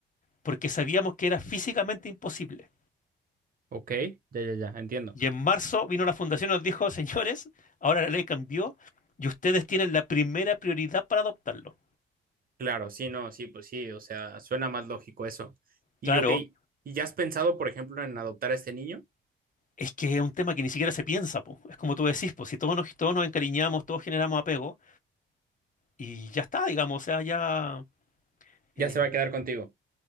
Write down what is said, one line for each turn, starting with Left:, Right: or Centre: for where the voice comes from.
Left: porque sabíamos que era físicamente imposible.
Right: ok, ya, ya, ya, entiendo.
Left: Y en marzo vino la fundación y nos dijo, señores, ahora la ley cambió y ustedes tienen la primera prioridad para adoptarlo.
Right: Claro, sí, no, sí, pues sí, o sea, suena más lógico eso. Y
Left: Claro,
Right: ok, ¿y ya has pensado, por ejemplo, en adoptar a este niño?
Left: Es que es un tema que ni siquiera se piensa, po. Es como tú decís, pues si todos nos, todos nos encariñamos, todos generamos apego y ya está, digamos, o sea, ya eh,
Right: Ya se va a quedar contigo.